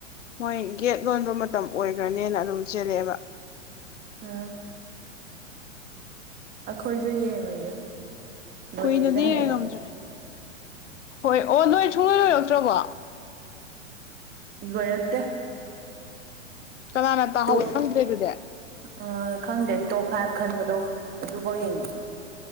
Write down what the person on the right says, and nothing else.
ꯎꯝ ꯑꯩꯈꯣꯏꯁꯨ ꯌꯦꯡꯉꯨꯏꯌꯦ ꯂꯣꯏꯗꯕꯤꯗ
ꯍꯜꯂꯛꯑꯦ
ꯂꯣꯏꯔꯛꯇꯦ
ꯇꯣꯞ
ꯑꯥ ꯈꯪꯗꯦ ꯇꯣꯞ ꯐꯥꯏꯚ ꯈꯟꯕꯗꯣ ꯑꯗꯨꯐꯥꯎ ꯌꯦꯡꯉꯦ